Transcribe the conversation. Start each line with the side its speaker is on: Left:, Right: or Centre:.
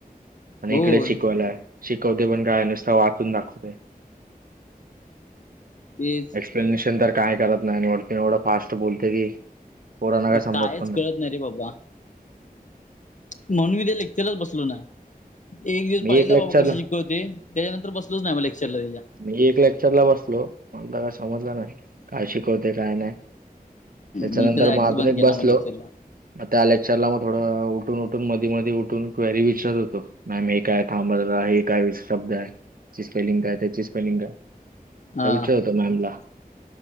Right: आणि
Left: होय
Right: इकडेच शिकवायलाय शिकवते पण काय नुसता वाचून दाखवते.
Left: तेच
Right: एक्सप्लेनेशन तर काय करत नाही वरतून एवढं फास्ट बोलते की. पोरांना
Left: अरे
Right: काय समजत
Left: कायच
Right: पण
Left: कळत नाही रे बाबा. म्हणून मी ते लेक्चरच बसलो ना एक दिवस
Right: मी
Left: पाहिला
Right: लेक्चरला
Left: बाबा कशी.. शिकवत होति ते त्याच्यानंतर बसलच नाही मला लेक्चरला तिच्या.
Right: मी एक लेक्चरला बसलो मग काय समजलं नाही काय शिकवते काय नाही. त्याच्यानंतर
Left: मी तर जायचं
Right: मग आधुनिक
Left: बंद केला
Right: बसलो.
Left: मग लेक्चरला
Right: त्या लेक्चरला मग थोडं उठून उठून मधी मध्येी उठून क्वेरी विचारत होतो. मॅम हे काय थांब हे काय शब्द आहेची स्पेलिंग काय. याची स्पेलिंग काय
Left: हा
Right: विचारत होतो मॅम ला.